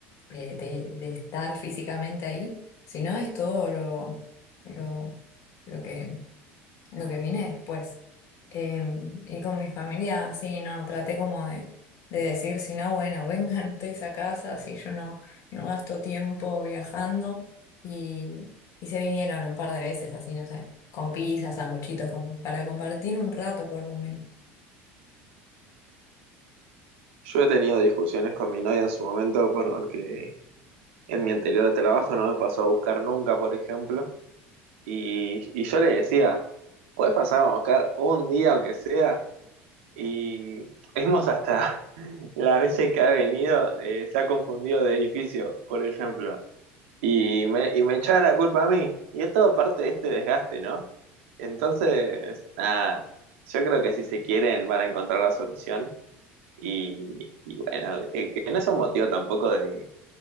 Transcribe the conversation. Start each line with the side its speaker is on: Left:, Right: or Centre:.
Left: eh, de, de estar físicamente ahí, sino es todo lo, lo, lo que lo que viene después. Eh, y con mi familia, sí, no, traté como de, de decir, si no, bueno, <laughs> vengan ustedes a casa, si yo no, no gasto tiempo viajando. Y, y se vinieron un par de veces, así, no sé, con pizzas, sanguchitos, como para compartir un rato por lo menos.
Right: Yo he tenido discusiones con mi novia en su momento porque en mi anterior trabajo no me pasó a buscar nunca, por ejemplo. Y, y yo le decía, puedes pasar a buscar un día aunque sea. Y hemos hasta <laughs> las veces que ha venido, eh, se ha confundido de edificio, por ejemplo. Y me, y me echaba la culpa a mí. Y es todo parte de este desgaste, ¿no? Entonces, nada, yo creo que si se quieren van a encontrar la solución. Y, y bueno, eh, que no es un motivo tampoco de,